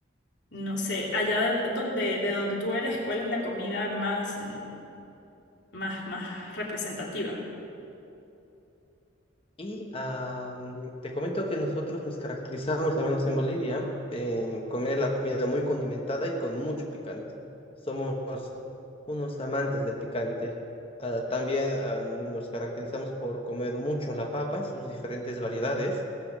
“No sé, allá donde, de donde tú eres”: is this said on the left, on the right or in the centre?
Left